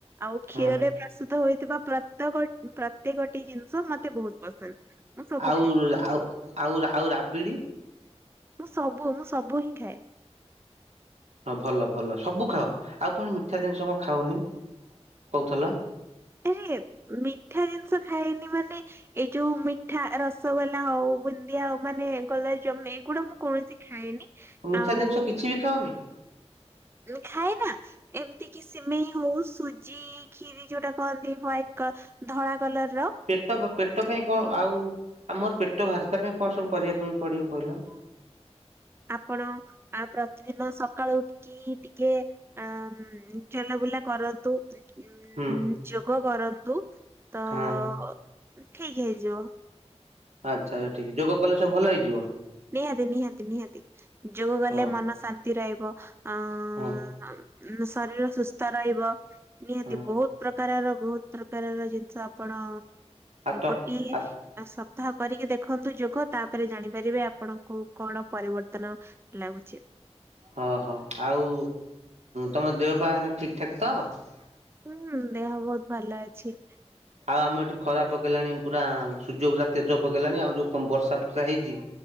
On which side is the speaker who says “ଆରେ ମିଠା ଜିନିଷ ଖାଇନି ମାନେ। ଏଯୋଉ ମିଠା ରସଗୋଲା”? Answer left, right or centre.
Right